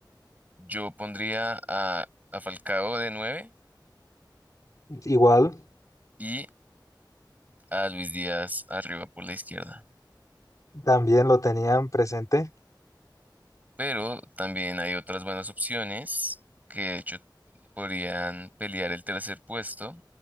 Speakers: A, on the right (about 20°); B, on the left (about 45°).
A: Yo pondría a, a Falcao de nueve
B: Igual,
A: y a Luis Díaz arriba por la izquierda.
B: también lo tenían presente.
A: pero también hay otras buenas opciones que de hecho podrían pelear el tercer puesto